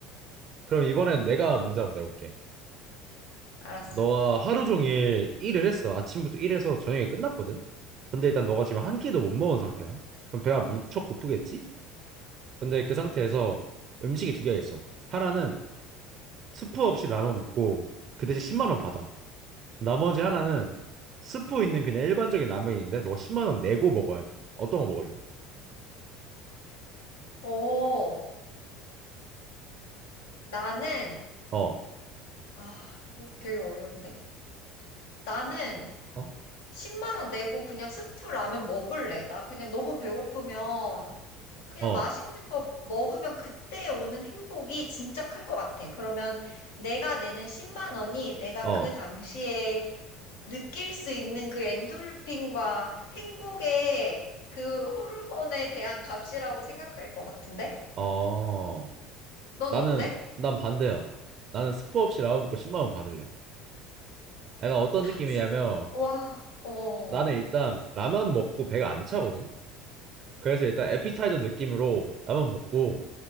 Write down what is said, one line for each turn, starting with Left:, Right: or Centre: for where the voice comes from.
Right: 그럼 이번엔 내가 문제 한번 내볼게.
Left: 알았어.
Right: 너가 하루 종일 일을 했어. 아침부터 일해서 저녁에 끝났거든. 근데 일단 너가 지금 한 끼도 못 먹은 상태야. 그럼 배가 무척 고프겠지? 근데 그 상태에서 음식이 두 개가 있어. 하나는 스프 없이 라면 먹고 그 대신 10만 원 받아. 나머지 하나는 스프 있는 그냥 일반적인 라면인데 너가 10만 원 내고 먹어야 돼. 어떤 거 먹을래?
Left: 어, 나는,
Right: 어,
Left: 아, 이거 되게 어려운데? 나는
Right: 어,
Left: 10만 원 내고 그냥 스프 라면 먹을래. 나 그냥 너무 배고프면, 그냥
Right: 어,
Left: 맛있는 거 먹으면 그때 오는 행복이 진짜 클 것 같아. 그러면 내가 내는 10만 원이 내가
Right: 어,
Left: 그 당시에 느낄 수 있는 그 엔돌핀과 행복의 그 호르몬에 대한 값이라고 생각할 것 같은데?
Right: 어.
Left: 넌
Right: 나는
Left: 어때?
Right: 난 반대야. 나는 스프 없이 라면 먹고 10만 원 받을래. 약간 어떤 느낌이냐면
Left: 스- 와, 어,
Right: 나는 일단 라면 먹고 배가 안 차거든. 그래서 일단 에피타이저 느낌으로 라면 먹고